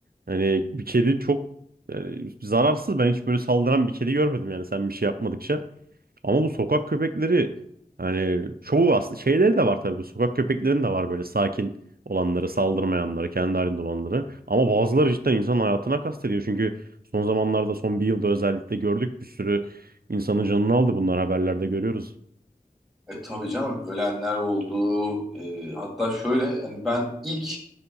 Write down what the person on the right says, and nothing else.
hani bir kedi çok yani zararsız. Ben hiç böyle saldıran bir kedi görmedim yani sen bir şey yapmadıkça. Ama bu sokak köpekleri hani çoğu aslında şeyleri de var tabii. Bu sokak köpeklerin de var böyle sakin olanları, saldırmayanları, kendi halinde olanları. Ama bazıları cidden insan hayatına kastediyor. Çünkü son zamanlarda son bir yılda özellikle gördük bir sürü insanın canını aldı bunlar haberlerde görüyoruz.